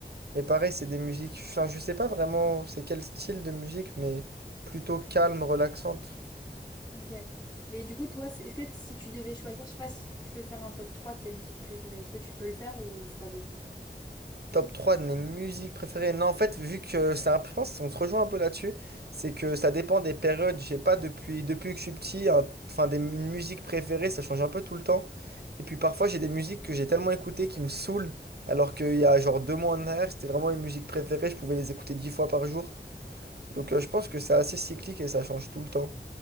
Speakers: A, on the right (about 70°); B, on the left (about 25°).
A: Mais pareil, c'est des musiques, enfin, je sais pas vraiment c'est quel style de musique, mais plutôt calme, relaxante.
B: Ok. Mais du coup, toi, c'est- est-ce que si tu devais choisir, je sais pas si tu peux faire un top 3 de tes musiques préférées, est-ce que tu peux le faire ou c'est pas possible?
A: Top 3 de mes musiques préférées. Non, en fait, vu que c'est un je pense qu'on se rejoint un peu là-dessus, c'est que ça dépend des périodes. Je sais pas, depuis, depuis que je suis petit, un- enfin, des mu- musiques préférées, ça change un peu tout le temps. Et puis parfois, j'ai des musiques que j'ai tellement écoutées qui me saoulent, alors qu'il y a genre deux mois en arrière, c'était vraiment une musique préférée, je pouvais les écouter dix fois par jour. Donc euh, je pense que c'est assez cyclique et ça change tout le temps.